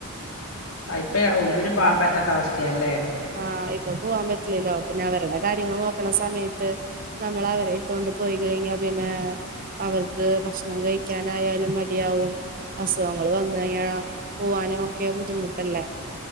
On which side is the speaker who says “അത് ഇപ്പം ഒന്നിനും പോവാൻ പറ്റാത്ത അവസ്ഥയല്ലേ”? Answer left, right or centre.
Left